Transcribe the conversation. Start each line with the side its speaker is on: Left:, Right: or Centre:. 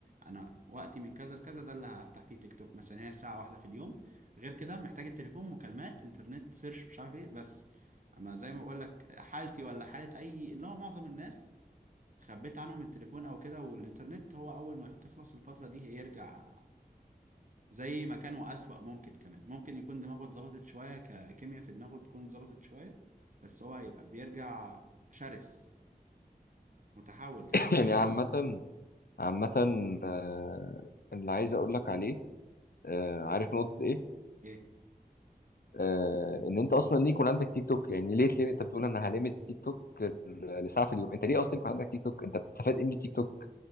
Right: انا وقتي من كذا لكذا ده اللي هفتح فيه تيك توك مثلا هي ساعه واحده في اليوم غير كده محتاج التليفون مكالمات انترنت سيرش مش عارف ايه بس اما زي ما بقول لك حالتي ولا حاله اي اللي هو معظم الناس خبيت عنهم التليفون او كده والانترنت هو اول ما تخلص الفتره دي هيرجع زي ما كانوا أسوأ ممكن كمان ممكن يكون دماغه اتظبطت شوية ككيمياء في دماغه تكون اتظبطت شوية بس هو هيبقى بيرجع شرس متحول يعني
Left: <laughs> يعني عامه عامة آه، اللي عايز أقول لك عليه آه، عارف نقطة إيه؟
Right: ايه
Left: آه، إن أنت أصلا ليه يكون عندك تيك توك يعني ليه ليه أنت بتقول أنا هلمت تيك توك ل- لساعة في اليوم أنت ليه أصلا يكون عندك تيك توك أنت بتستفاد إيه من التيك توك